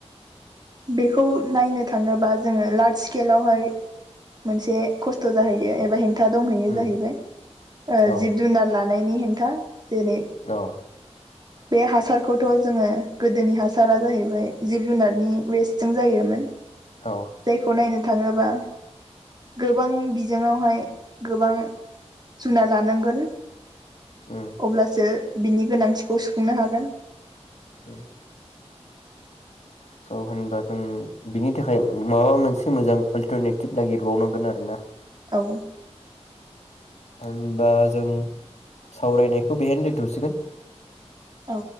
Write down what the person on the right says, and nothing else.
बेखौ नायनो थाङोबा जोङो लार्ज स्केलावहाय मोनसे खस्थ' जाहैयो एबा हें था दंहोयो
जाहैबाय ओ
जिब जुनार लाथ जानायनि हेंथा। जेरै
बे हासार खौथ' जोङो गोदोनि हासारा जाहैबाय जिब जुनारनि वेस्ट जों जायोमोन।
जायखौ नायनो थाङोबा गोबां बिजोंआवहाय गोबां जुनार लानांगोन।
अब्लासो बिनि गोनांथि खौ सुफुंनो हागोन।
औ।
औ।